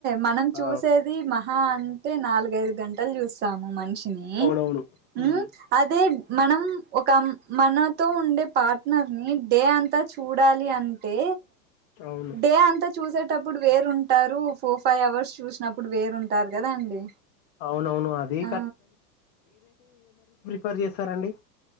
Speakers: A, on the right (about 20°); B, on the left (about 45°).
A: మనం
B: ఆ
A: చూసేది మహా అ అంటే నాలుగైదు గంటలు చూస్తాము మనిషిని
B: అవునవును
A: హ్మ్
B: ఉమ్
A: అదే మనం ఒక మనొప్ ఉండే పార్ట్నర్ ని డే అంతా చూడాలి అంటే
B: అవును
A: డే అంత చూసట్ టప్పుడు వేరుంటారు ఫోర్ ఫైవ్ అవర్స్ చూసినప్పుడు వేరుంటారు కదా అండి
B: అవునవును అది
A: ఆ
B: పర్ చేస్తారండి